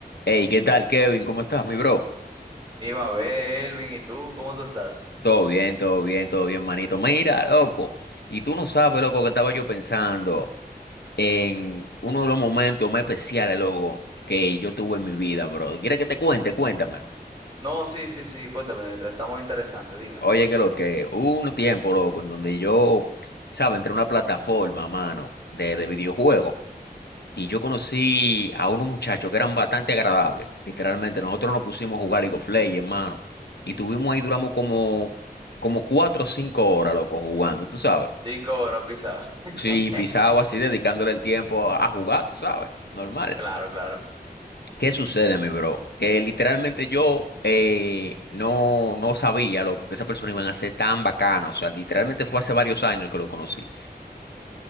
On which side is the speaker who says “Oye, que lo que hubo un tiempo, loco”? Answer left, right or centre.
Left